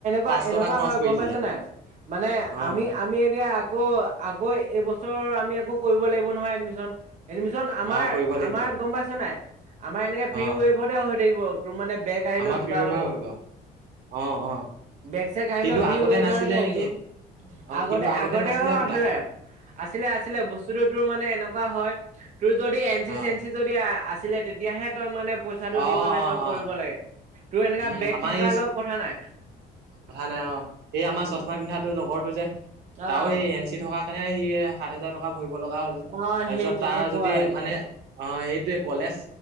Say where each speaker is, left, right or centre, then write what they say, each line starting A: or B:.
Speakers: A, on the right (about 45°); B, on the right (about 75°).
A: বা
B: পাঁচ
A: এনেকুৱা
B: টকা খৰচ
A: হয়
B: কৰি
A: গম
B: দিলে
A: পাইছ নাই, মানে
B: অ'
A: আমি আমি এতিয়া আকৌ, আকৌ এইবছৰ আমি আকৌ কৰিব লাগিব নহয় এডমিশন। এডমিচন আমাৰ,
B: অ' কৰিব লাগিব
A: আমাৰ গম পাইছে নাই, আমাৰ এনেকে
B: অ'
A: ফ্ৰি ৱেবতে হৈ থাকিব। তোৰ মানে বেগ আহিলে
B: আমাৰ
A: কিবা
B: ফ্ৰী ৱেইভাৰ
A: হ'লেওঁ।
B: হ'ব অ', অ'।
A: বেগ-চেগ আহিলেও
B: কিন্তু
A: ফ্ৰী
B: আগতে
A: ৱেবাৰতে
B: নাছিলে
A: আহিব,
B: নেকি অ'
A: আগতে
B: কিন্তু
A: আগতেও
B: নাছিলে হ'বলা
A: আছিলে। আছিলে, আছিলে বস্তুটো তোৰ মানে এনেকুৱা হয়, তোৰ যদি এন চি
B: অ'
A: চেন চি যদি আছিলে, তেতিয়াহে তই মানে পইচা পইচাটো
B: অ'
A: দি পেলাই
B: অ'
A: তই
B: অ'
A: কৰিব লাগে, তোৰ এনেকা
B: উম
A: বেগ
B: আমাৰ
A: থকাৰ
B: এই
A: লগত কথা নাই।
B: কথা নাই অ', এই আমাৰ
A: উম,
B: চশমা পিন্ধাটো লগৰটো যে,
A: অ',
B: তাৰও এই এন চি সি থকাৰ কাৰণে, ই সাত হোজাৰ টকা ভৰিব লগা হ'ল,
A: অ',
B: তাৰপিছত
A: সেই তেনেকুৱাই।
B: তাৰ যদি মানে অ', সেইটোৱে কলেজ